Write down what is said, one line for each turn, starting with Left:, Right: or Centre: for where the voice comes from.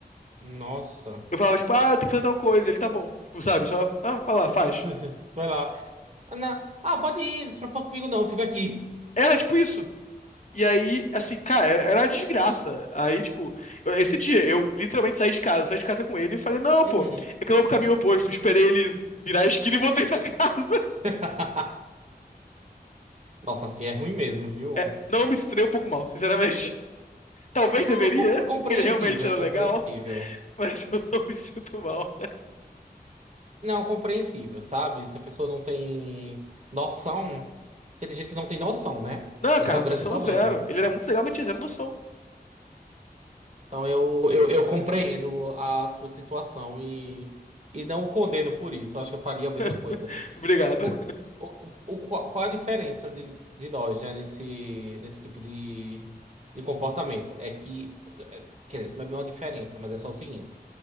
Right: Nossa.
Left: Eu falava, tipo, ah, eu tenho que fazer tal coisa, ele tá bom. Tipo, sabe, só, ah, vai lá, faz.
Right: <laughs> Vai lá. Ah, não. Ah, pode ir, não se preocupa comigo não, eu fico aqui.
Left: Era tipo isso. E aí, assim, cara, era, era uma desgraça. Aí, tipo, eu- esse dia eu literalmente saí de casa, eu saí de casa com ele e falei, não,
Right: Uhum.
Left: pô, é que eu vou pro caminho oposto. Esperei ele virar a esquina e voltei pra casa. <laughs>
Right: <laughs> Nossa, assim é ruim mesmo, viu?
Left: É, não me sinto nem um pouco mal, sinceramente. <laughs> Talvez deveria,
Right: É co- compreensível,
Left: porque ele realmente era legal,
Right: compreensível.
Left: <laughs> mas eu não me sinto mal.
Right: Não, compreensível, sabe? Se a pessoa não tem noção, porque tem gente que não tem noção, né?
Left: Não,
Right: Esse
Left: cara,
Right: é o
Left: noção
Right: grande problema.
Left: zero. Ele era muito legal, mas tinha zero noção.
Right: Então eu, eu, eu compreendo a sua situação e, e não o condeno por isso. Eu acho que eu faria
Left: <laughs>
Right: a mesma coisa.
Left: Obrigado.
Right: Eu- por- o, o- o- qual qual é a diferença de, de nós, né, nesse, nesse tipo de, de comportamento? É que, é, quer dizer, não é bem uma diferença, mas é só o seguinte: